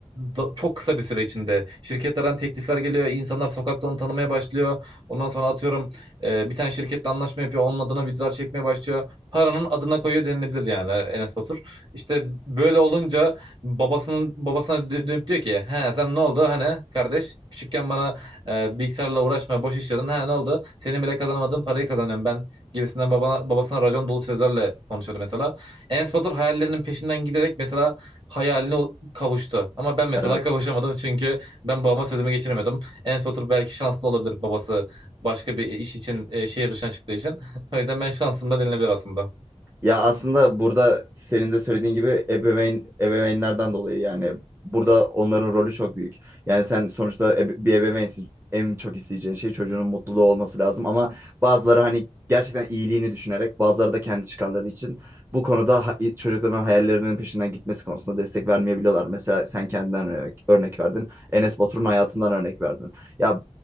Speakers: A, on the right; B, on the right.
A: da- çok kısa bir süre içinde şirketlerden teklifler geliyor. İnsanlar sokakta onu tanımaya başlıyor. Ondan sonra atıyorum e, bir tane şirketle anlaşma yapıyor. Onun adına videolar çekmeye başlıyor. Paranın adına koyuyor denilebilir yani Enes Batur. İşte böyle olunca babasının babasına dö- dönüp diyor ki he sen ne oldu hani kardeş küçükken bana e, bilgisayarla uğraşma boş işledin he ne oldu senin bile kazanamadığın parayı kazanıyorum ben gibisinden babana, babasına racon dolu sözlerle konuşuyordu mesela. Enes Batur hayallerinin peşinden giderek mesela hayaline ol- kavuştu ama ben mesela
B: Evet.
A: kavuşamadım çünkü ben babama sözümü geçiremiyordum. Enes Batur belki şanslı olabilir babası başka bir iş için e, şehir dışına çıktığı için <laughs> o yüzden ben şansım da denilebilir aslında.
B: Ya aslında burada senin de söylediğin gibi ebeveyn ebeveynlerden dolayı yani burada onların rolü çok büyük. Yani sen sonuçta ebe- bir ebeveynsin. En çok isteyeceğin şey çocuğunun mutluluğu olması lazım ama bazıları hani gerçekten iyiliğini düşünerek bazıları da kendi çıkarları için bu konuda ha- çocukların hayallerinin peşinden gitmesi konusunda destek vermeyebiliyorlar. Mesela sen kendinden örnek, örnek verdin. Enes Batur'un hayatından örnek verdin. Ya